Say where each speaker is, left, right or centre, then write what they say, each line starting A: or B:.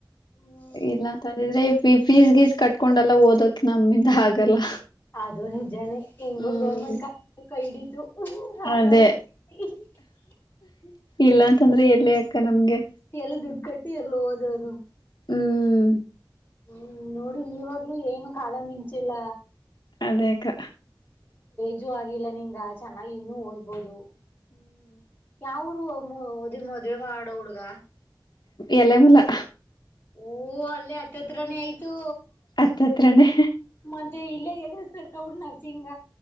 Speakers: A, on the left; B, on the left.
A: ಹ್ಮ್
B: ಇಲ್ಲಂತಂದಿದ್ರೆ ಫೀಸ್ ಗೀಸ್ ಕಟ್ಕೊಂಡಲ್ಲ ಓದಕ್ ನಮ್ಮಿಂದ ಆಗಲ್ಲ
A: ಅದು ನಿಜಾನ ಹೆಂಗೋ
B: ಹ್ಮ್
A: ಗೌರ್ಮೆಂಟ್ ಕೈ ಹಿಡಿತು ಹೌದು
B: ಅದೇ ಇಲ್ಲ ಅಂತಂದ್ರೆ ಎಲ್ಲಿ ಅಕ್ಕ ನಮ್ಗೆ
A: ಎಲ್ಲಿ ದುಡ್ಡು ಕಟ್ಟಿ ಎಲ್ಲಿ ಓದೋದು
B: ಹ್ಮ್
A: ಹ್ಮ್ ನೋಡಿ ಇವಾಗ್ಲುೂ ಏನು ಕಾಲ ಮಿಂಚಿಲ್ಲ
B: ಅದೇ ಅಕ್ಕ
A: ಏಜ್ ಆಗಿಲ್ಲ ನಿನ್ಂಗ ಚೆನ್ನಾಗಿ ಇನ್ನುೂ ಓದ್ಬೋುದು ಯಾವ ಊರು ಓದಿ ಮದುವೆ ಮಾಡೊ ಹುಡುಗ
B: ಎಲೆಮಲ್ಯ
A: ಓ ಅಲ್ಲೇ ಹತ್ತತ್ರನೇ ಆಯ್ತು
B: ಹತ್ತತ್ರನೇ
A: ಮತ್ತೆ ಇಲ್ಲೇ ಎಲ್ಲಿ ಹುಡುಗ ನರ್ಸಿಂಗ